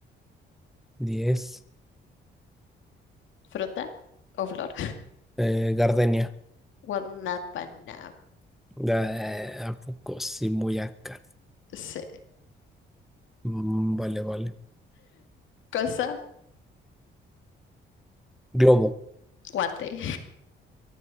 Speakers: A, in the centre; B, on the left.
A: diez
B: Fruta o flor,
A: Eh, Gardenia.
B: Guanabana. <laughs>
A: Eh, ¿a poco sí, muy acá.
B: Sí.
A: Mm, vale, vale.
B: Cosa,
A: Globo.
B: guante.